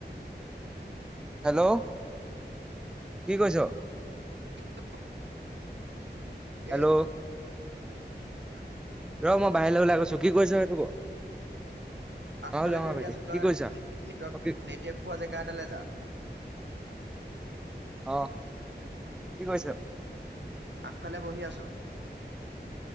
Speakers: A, in the centre; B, on the right.
A: হেল্ল', কি কৈছ?
B: <unintelligible>
A: হেল্ল'।
B: এ <unintelligible>
A: ৰ মই বাহিৰলৈ ওলাই গৈছো, কি কৰিছ সেইটো ক?
B: আগফালে
A: অ যাওঁ
B: বহি
A: ভাইটি
B: আছো তই
A: কি কৰিছা
B: ন নেটৰ্ক
A: অ কি
B: নেটৱেক পোৱা জেগা এটালে যা।
A: অহ কি কৈছ?
B: আগফালে বহি আছো।